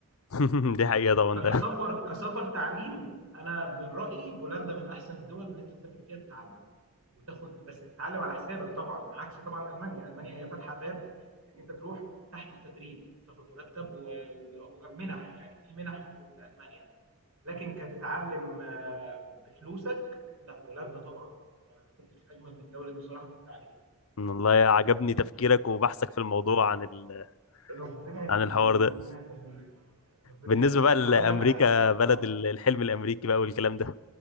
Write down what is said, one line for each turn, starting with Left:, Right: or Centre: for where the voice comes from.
Left: <laughs> دي حقيقة طبعا
Right: فكسفر
Left: ده
Right: كسفر تعليم انا من رايي بولندا من احسن الدول اللي انت تسافر فيها تتعلم وتاخد بس تتعلم على حسابك طبعا عكس طبعا المانيا المانيا هي فاتحه باب ان انت تروح تحت التدريب وتاخد مرتب و- وبيقفوا جنب منح يعني في منح في في المانيا لكن كتتعلم آه، بفلوسك لا بولندا طبعا ما شفتش اجمل من الدوله دي بصراحه في التعليم
Left: والله عجبني تفكيرك وبحثك في الموضوع عن ال...
Right: ربنا
Left: عن
Right: يخليك
Left: الحوار ده
Right: ربنا يخليك ربنا
Left: بالنسبة
Right: يخليك
Left: بقى لأمريكا
Right: هقول لك على حاجه
Left: بلد
Right: اه
Left: ال- الحلم الأمريكي بقى والكلام ده